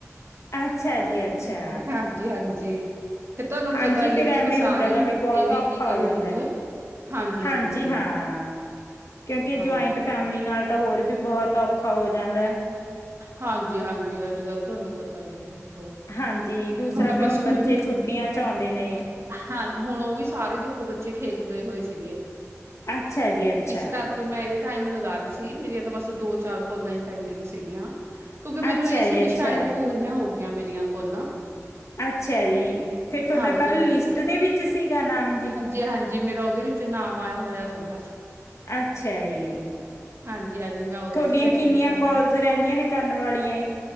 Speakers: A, on the left; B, on the right.
A: ਅੱਛਾ ਜੀ, ਅੱਛਾ।
B: ਹਾਂਜੀ ਹਾਂਜੀ। ਫਿਰ ਤੁਹਾਨੂੰ
A: ਹਾਂਜੀ,
B: ਪਤਾ ਹੀ
A: ਫਿਰ
B: ਹੈ ਦੇਖੋ
A: ਐਵੇਂ
B: ਸਾਰੇ
A: ਹੁੰਦਾ ਹੈਗਾ
B: ਹੀ
A: ਵੀ
B: ਹੁੰਦੇ
A: ਬਹੁਤ
B: ਨੇ
A: ਔਖਾ
B: ਇੱਕ ਇੱਕ
A: ਹੋ
B: ਰੂਮ
A: ਜਾਂਦੈ।
B: ਚ ਹਾਂਜੀ
A: ਹਾਂਜੀ-ਹਾਂ,
B: ਹਾਂਜੀ
A: ਕਿਉਂਕਿ
B: ਹਾਂਜੀ
A: ਜੁਆੰਇਟ ਫੈਮਲੀ ਨਾਲ ਤਾ ਹੋਰ ਵੀ ਬਹੁਤ ਔਖਾ ਹੋ ਜਾਂਦਾ।
B: ਹਾਂਜੀ-ਹਾਂਜੀ, ਅੱਜ-ਕੱਲ ਤੁਹਾਨੂੰ ਪਤਾ ਈ ਆ ਦੇਖੋ।
A: ਹਾਂਜੀ, ਦੂਸਰਾ
B: ਆਪਾਂ
A: ਫਿਰ ਹੁਣ
B: ਸਕੂਲ
A: ਬੱਚੇ ਛੁੱਟੀਆਂ'ਚ ਆਉਂਦੇ ਨਹੀਂ।
B: ਹਾਂ, ਹੁਣ ਉਹ ਵੀ ਸਾਰੇ ਦੇਖੋ ਬੱਚੇ ਖੇਤ ਗਏ ਹੋਏ ਸੀਗੇ।
A: ਅੱਛਾ ਜੀ ਅੱਛਾ
B: ਇਸ ਕਰਕੇ ਮੈਂ ਇਹ ਟਾਈਮ ਲਗਾ ਰਹੀ ਸੀ, ਮੇਰੀਆਂ ਤਾਂ ਬਸ ਦੋ-ਚਾਰ ਕੋਲਾ ਈ ਪੈਂਡਿੰਗ ਸੀਗੀਆਂ। ਕਿਉਂਕਿ
A: ਅੱਛਾ
B: ਮੈਨੂੰ ਇਹ ਸੀਵੀ
A: ਜੀ ਅੱਛਾ
B: ਸ਼ਾਇਦ ਪੂਰੀਆਂ ਹੋਗਿਆਂ ਮੇਰੀਆਂ ਕੋਲਾਂ।
A: ਅੱਛਾ ਜੀ ਫਿਰ ਤੁਹਾਡਾ
B: ਹਾਂਜੀ
A: ਕੱਲ ਲਿਸਟ ਦੇ ਵਿੱਚ ਸੀਗਾ ਨਾਮ ਜੀ?
B: ਜੀ ਹਾਂਜੀ, ਮੇਰਾ ਉਹਦੇ ਵਿੱਚ ਨਾਮ ਆਇਆ ਹੋਇਆ ਸੀਗਾ।
A: ਅੱਛਾ ਜੀ।
B: ਹਾਂਜੀ-ਹਾਂਜੀ, ਮੈਂ ਉਹਦੇ
A: ਤੁਹਾਡੀਆਂ
B: ਚ ਚੈੱਕ
A: ਕਿੰਨੀਆਂ
B: ਕੀਤਾ
A: ਕੋਲਜ
B: ਸੀ
A: ਰਹਿੰਦੀਆਂ ਨੇ, ਕਰਨ ਵਾਲੀਆਂ?